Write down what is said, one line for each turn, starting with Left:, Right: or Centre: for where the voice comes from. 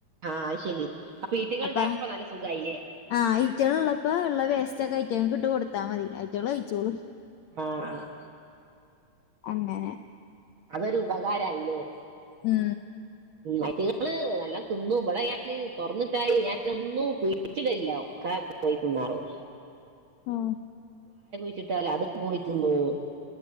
Right: ആഹ് അത് ശരി അപ്പൊ ഈറ്റകൾ
Left: അപ്പ
Right: ഉണ്ടായപ്പോ നല്ല സുഖായില്ലേ
Left: ആ ഈറ്റേ ള് ഇള്ളപ്പോ ഇള്ള വേസ്റ്റൊക്കെ ട്ട് കൊടുത്താ മതി അയ്റ്റകള് കയ്ച്ചോളൂം
Right: ആഹ് ആഹ്
Left: അങ്ങനെ
Right: അതൊരു ഉപകാരായി ല്ലേ
Left: ഉം
Right: അയിറ്റിങ്ങള് വല്ലോം തിന്നും ഇവിടെ ഞാന് തുറന്നിട്ടാല് ഞാൻ ഒന്നും പിടിച്ചിടലില് ഒക്കെ പോയി തിന്നുള്ളും
Left: ആ
Right: ച്ചിട്ടാൽ അത് പോയി തിന്നും